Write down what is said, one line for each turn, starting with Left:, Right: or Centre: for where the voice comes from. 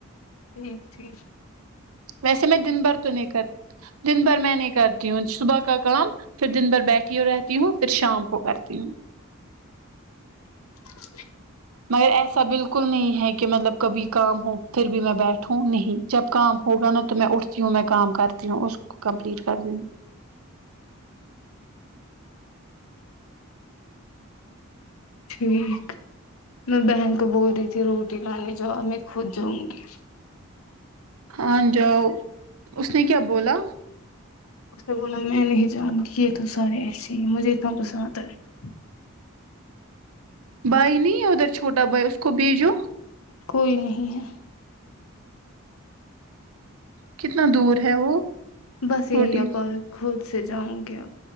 Left: ٹھیک ٹھیک
Right: ویسے میں دن بھر تو نہیں کر دن بھر میں نہیں کرتی ہوں صبح کا کام پھر دن بھر بیٹھی ہو رہتی ہوں پھر شام کو کرتی ہوں
Left: <unintelligible>
Right: مگر ایسا بالکل نہیں ہے کہ مطلب کبھی کام ہو پھر بھی میں بیٹھوں نہیں جب کام ہوگا نا تو میں اٹھتی ہوں میں کام کرتی ہوں اس کو کمپلیٹ کرتی ہوں
Left: ٹھیک میں بہن کو بول رہی تھی روٹی لانے جو میں خود جاؤں گی
Right: ہاں جاؤ اس نے کیا بولا
Left: اس نے بولا میں نے ہی جان کیے تو سارے ایسے ہی مجھے اتنا کچستا آ ہے
Right: بھائی نہیں ادھر چھوٹا بھائی کب جو
Left: کوئی نہیں ہے
Right: کتنا دور ہے وہ
Left: بس یہی
Right: روٹی
Left: آپ خود سے جاؤں گی ا